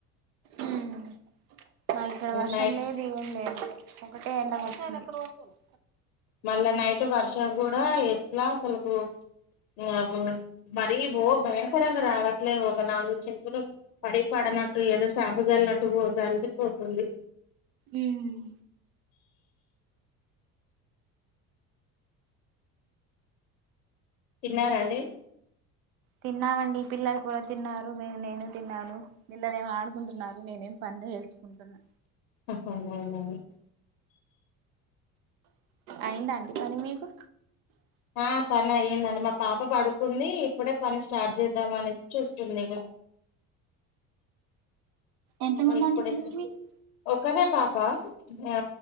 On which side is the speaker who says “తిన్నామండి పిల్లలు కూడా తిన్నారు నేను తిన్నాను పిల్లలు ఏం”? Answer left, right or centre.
Right